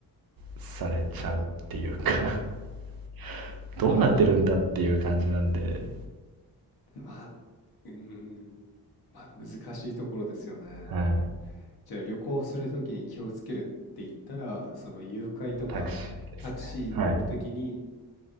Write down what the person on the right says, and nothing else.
されちゃうっていうか <laughs> どうなってるんだっていう感じなんで、
はい。
タクシーですね。はい。